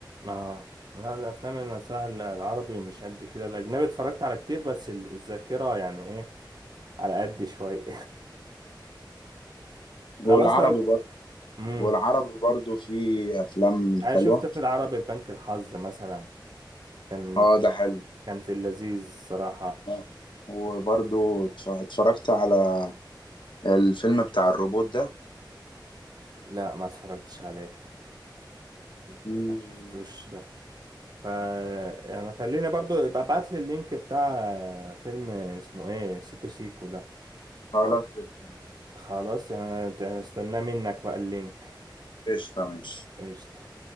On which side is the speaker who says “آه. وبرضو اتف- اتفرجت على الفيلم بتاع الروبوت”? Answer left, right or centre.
Left